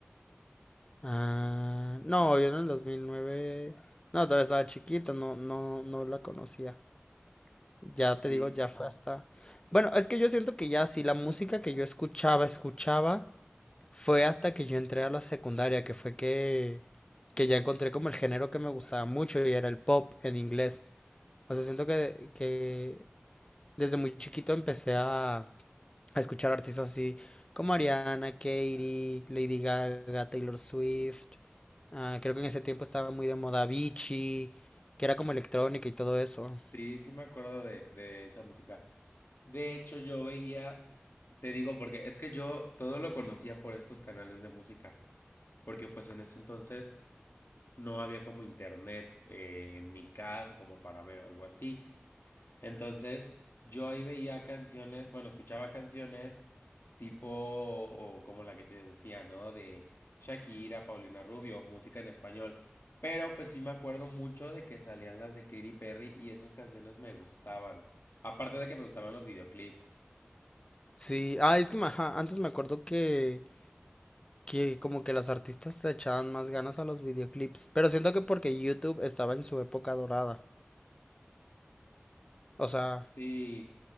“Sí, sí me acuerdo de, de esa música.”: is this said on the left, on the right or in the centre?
Left